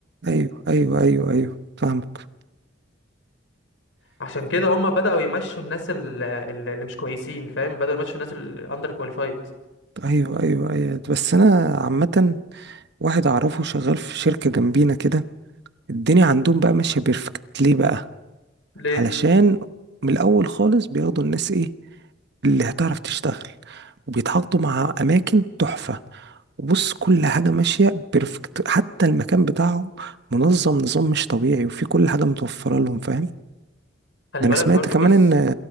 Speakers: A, on the right; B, on the left.
A: ايوه ايوه ايوه ايوه فاهمك
B: عشان كده هما بداوا يمشوا الناس ال- ال- اللي مش كويسين فاهم بداوا يمشوا الناس الاندر كواليفايد
A: ايوه ايوه ايوه بس انا عامه واحد اعرفه شغال في شركه جنبينا كده الدنيا عندهم بقى ماشيه بيرفكت ليه بقى
B: ليه
A: علشان من الاول خالص بياخدوا الناس ايه اللي هتعرف تشتغل وبيتحطوا مع اماكن تحفه وبص كل حاجه ماشيه بيرفكت حتى المكان بتاعهم منظم نظام مش طبيعي وفي كل حاجه متوفره لهم فاهم
B: خلي
A: ده انا
B: بالك
A: سمعت
B: برضو
A: كمان
B: بص
A: ان